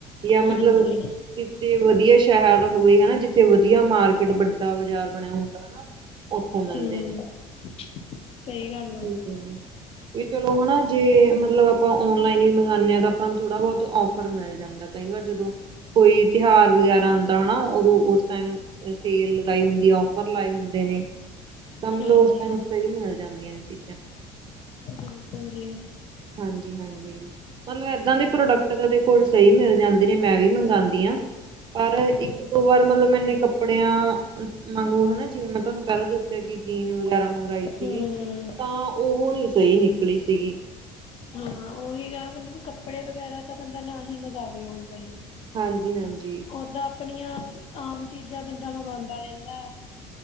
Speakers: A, on the right; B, on the left.
A: ਜਾਂ ਮਤਲਬ
B: ਹਾਂਜੀ
A: ਕਿਤੇ ਵਧੀਆ ਸ਼ਹਿਰ ਹੋਵੇ ਹਨਾ ਜਿੱਥੇ ਵਧੀਆ ਮਾਰਕੀਟ, ਵੱਡਾ ਬਾਜ਼ਾਰ ਬਣਿਆ ਹੁੰਦਾ ਹਨਾ ਉੱਥੋਂ ਮਿਲਦੇ
B: ਹਮ, ਸਹੀ ਗੱਲ ਆ।
A: ਹੋ ਨਹੀਂ ਵੀ ਚਲੋ ਹਨਾ ਜੇ ਆਪਾਂ ਔਨਲਾਈਨ ਵੀ ਮੰਗਵਾਉਂਦੇ ਹਾਂ ਤਾਂ ਆਪਾਂ ਥੋੜ੍ਹਾ ਬਹੁਤ ਔਫਰ ਮਿਲ ਜਾ ਕਈ ਵਾਰ ਜਦੋਂ ਕੋਈ ਤਿਉਹਾਰ ਵਗੈਰਾ ਆਉਂਦਾ ਹਨਾ ਉਦੋਂ ਉਸ ਟਾਈਮ ਸੇਲ ਲਗਾਈ ਹੁੰਦੀ ਆ ਔਫਰ ਲਾਏ ਹੁੰਦੇ ਨੇ ਤਾਂ
B: ਹਾਂਜੀ
A: ਮਤਲਬ ਉਸ ਟਾਈਮ 'ਚ' ਤਾਂ ਇਹ ਮਿਲ ਜਾਂਦੀਆਂ ਨੇ ਚੀਜ਼ਾਂ
B: ਹਾਂਜੀ ਬਿਲਕੁਲ ਜੀ।
A: ਹਾਂਜੀ - ਹਾਂਜੀ। ਮਤਲਬ ਏਦਾਂ ਦੇ ਪ੍ਰੋਡਕਟ ਤਾਂ ਸਹੀ ਮਿਲ ਜਾਂਦੇ ਨੇ ਮੈਂ ਵੀ ਮੰਗਵਾਉਂਦੀ ਹਾਂ ਪਰ ਇੱਕ
B: ਹੂੰ
A: ਦੋ ਵਾਰ ਮਤਲਬ ਮੈਨੇ ਕ ਕੱਪੜਿਆਂ ਮਾਗੂ ਹਨ ਜਿਵੇਂ ਮੈਂ ਤੁਹਾਨੂੰ ਪਹਿਲਾਂ ਦੱਸਿਆ ਕਿ ਜੀਨ ਵਗੈਰਾ ਮੰਗਾਈ ਸੀਗੀ
B: ਹੂੰ
A: ਤਾਂ ਉਹ ਨੀ ਸਹੀ ਨਿਕਲੀ ਸੀਗੀ
B: ਹਾਂ ਉਹੀ ਗਾ ਮਤਲਬ ਕੱਪੜੇ ਵਗੈਰਾ ਤਾਂ ਬੰਦਾ ਨਾ ਹੀ ਮੰਗਵੇ ਔਨਲਾਈਨ
A: ਹਾਂਜੀ - ਹਾਂਜੀ।
B: ਓਦਾਂ ਆਪਣੀਆਂ ਆਮ ਚੀਜ਼ਾਂ ਬੰਦਾ ਮੰਗਵਾਉਂਦਾ ਰਹਿੰਦਾ